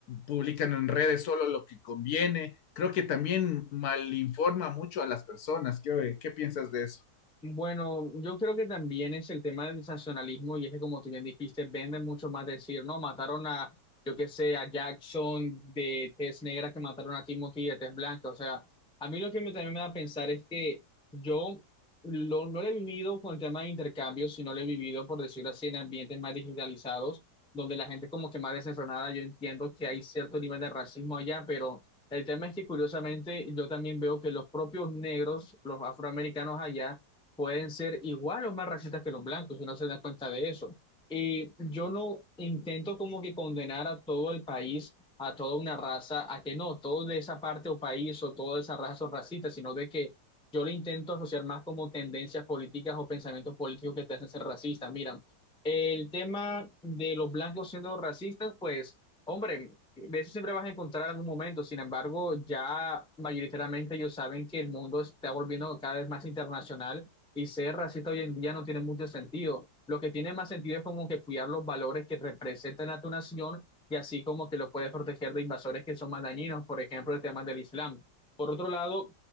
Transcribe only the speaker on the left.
publican en redes solo lo que conviene, creo que también malinforma mucho a las personas. ¿Qué, qué piensas de eso?